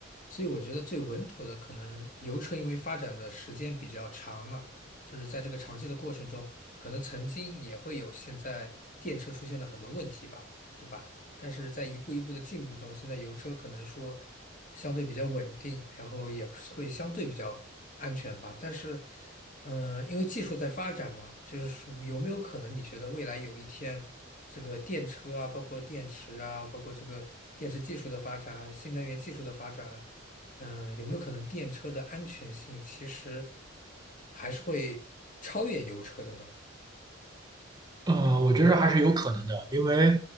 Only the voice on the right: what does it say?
呃，我觉得还是有可能的，因为